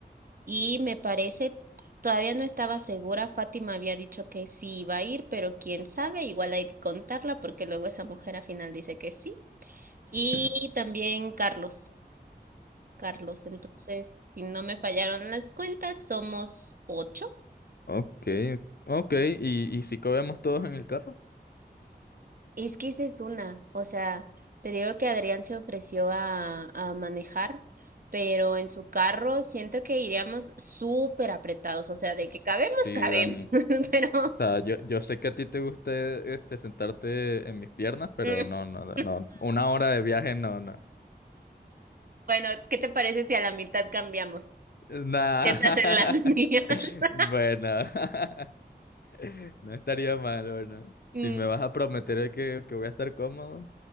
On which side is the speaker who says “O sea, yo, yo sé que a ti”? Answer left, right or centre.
Left